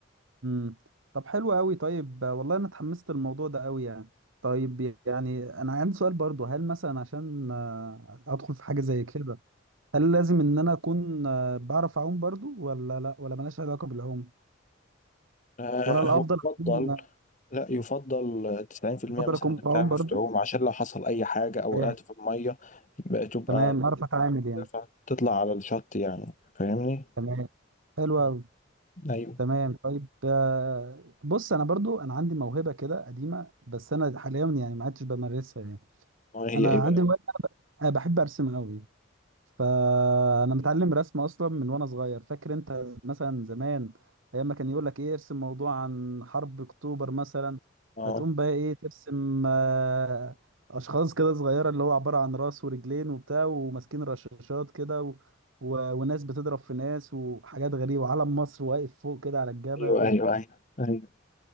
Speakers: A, on the right; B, on the left.
A: امم طب حلو قوي طيب آه، والله انا اتحمست للموضوع ده قوي يعني طيب يعني انا عندي سؤال برضه هل مثلا عشان آه، ادخل في حاجه زي كده هل لازم ان انا اكون آه، بعرف اعوم برضو ولا لا ولا ملهاش علاقه بالعوم
B: آه،
A: ولا الافضل
B: هو
A: اكون
B: اتفضل لا يفضل 90%
A: الافضل
B: مثلا
A: اكون
B: انك
A: بعوم
B: تعرف
A: برضو
B: تعوم عشان لو حصل اي حاجة او
A: إيه.
B: وقعت في المية بقى تبقى
A: تمام اعرف اتعامل يعني
B: ترفع- تطلع على الشط يعني فاهمني؟
A: تمام حلو
B: آه.
A: قوي
B: ايوه
A: تمام طيب آه، بص انا برضو انا عندي موهبه كده قديمه بس انا حاليا يعني ما عدتش بمارسها يعني
B: آه، هي
A: انا
B: ايه بقى؟
A: عندي هواية- انا بحب ارسم قوي فانا متعلم رسم اصلا من وانا صغير فاكر انت مثلا زمان ايام ما كان يقول لك ايه ارسم موضوع عن حرب اكتوبر مثلا
B: اه
A: فتقوم بقى ايه ترسم آه، اشخاص كده صغيره اللي هو عباره عن راس ورجلين وبتاع وماسكين رشاشات كده و... و... وناس بتضرب في ناس وحاجات غريبه وعلم مصر واقف فوق كده على الجبل
B: ايوه ايوه
A: و...
B: ايوه ايوه